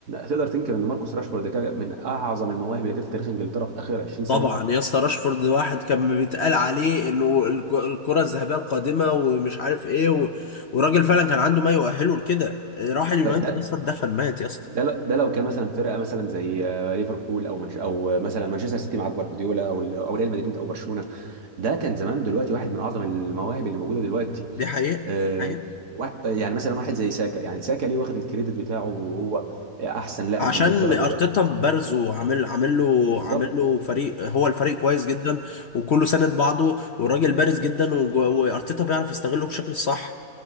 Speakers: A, on the right; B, on the left.
A: تقدر تنكر ان ماركوس راشفورد كان من اعظم المواهب اللي جت في تاريخ انجلترا في اخر 20 سنه
B: طبعا يا اسطى راشفورد واحد كان بيتقال عليه انه الج- الكرة الذهبية القادمة ومش عارف ايه و... وراجل فعلا كان عنده ما يؤهله لكده راح اليونايتد
A: طيب ده
B: اصلا دفن مات يا اسطى
A: ده لو- ده لو كان مثلا فرقه مثلا زي آه، ليفربول او منش او آه، مثلا مانشستر سيتي مع جوارديولا او ال- او ريال مدريد او برشلونه ده كان زمان دلوقتي واحد من اعظم المواهب اللي موجوده دلوقتي
B: دي حقيقة
A: آه،
B: حقيقة
A: واحد- يعني مثلا واحد زي ساكا يعني ساكا ليه واخد الكريدت بتاعه وهو احسن لاعب
B: عشان
A: في انجلترا
B: ارتيتا
A: دلوقتي
B: بارزه عامل عامل له
A: بالظبط
B: عامل له فريق هو الفريق كويس جدا وكله ساند بعضه والراجل بارز جدا وج- وارتيتا بيعرف يستغله بشكل صح